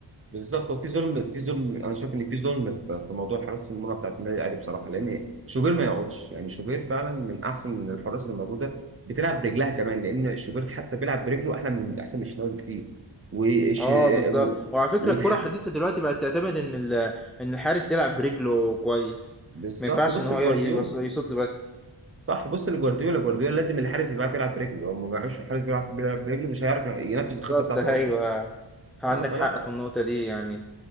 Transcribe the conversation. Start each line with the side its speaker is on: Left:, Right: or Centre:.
Right: بالظبط وفي ظلم في ظلم انا شايف ان في ظلم في في موضوع حراسه المرمى بتاعت النادي الاهلي بصراحه لان شوبير ما يقعدش يعني شوبير فعلا من احسن الحراس اللي موجوده بتلعب برجلها كمان لان شوبير حتى بيلعب برجله احلى من احسن من الشناوي بكتير وش
Centre: اه بالظبط
Right: و...
Centre: وعلى فكره
Right: وده
Centre: الكره الحديثه دلوقتي بقت تعتمد ان ال- ان الحارس يلعب برجله كويس
Right: بالظبط
Centre: ما ينفعش
Right: بص
Centre: ان هو
Right: لجوارديولا
Centre: ي- يوص- يصد بس
Right: صح بص لجوارديولا جوارديولا لازم الحارس يبقى عارف يلعب برجله لو ما بيعرفش الحارس بيلعب بيلعب برجله مش هيعرف ينفذ
Centre: بالظبط
Right: الخطه بتاعته
Centre: ايوه
Right: اصلا
Centre: عندك
Right: اه فلا
Centre: حق في النقطه دي يعني